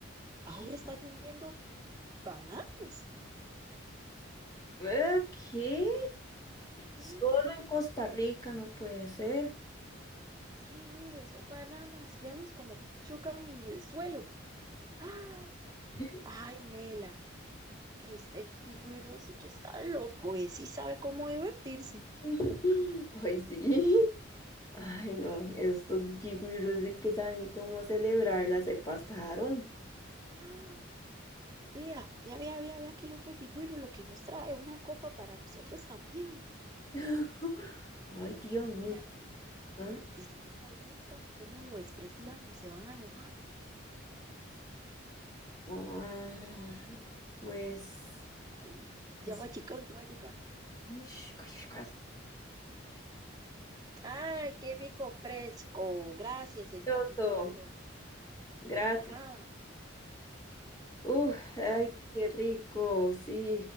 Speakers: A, on the left; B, on the right.
A: ¿qué?
B: Ahora está lloviendo bananos.
A: ¿Qué? ¿Qué?
B: Sí,
A: Solo en Costa Rica no puede ser.
B: Sí, mire, son bananos, véalos como chocan en el suelo. ¡Ah!
A: <laughs>
B: Ay, Mela, este Yigüirro sí que está loco, y sí sabe cómo divertirse.
A: <laughs> Ay, sí. Ay, no, estos yigüiros de que saben cómo celebrarla se pasaron.
B: ¡Ah! Vea, vea, vea, vea, vea que el otro Yigüirro lo que nos trae, una copa para nosotros también.
A: <laughs> Ay, Dios
B: Mela,
A: mío.
B: Mela,
A: ¿ah?
B: y si no nos gusta, ¿cómo lo despreciamos? Se van a enojar.
A: Ah, pues,
B: Ay, ya
A: no sé.
B: va a llegar, ya va a llegar.
A: Ush, cush, cush.
B: Ay, qué rico fresco. Gracias, señor
A: Delicioso.
B: Yigüirro.
A: Gracias.
B: Ajá.
A: Uf, ay,
B: Bueno.
A: qué rico. Sí,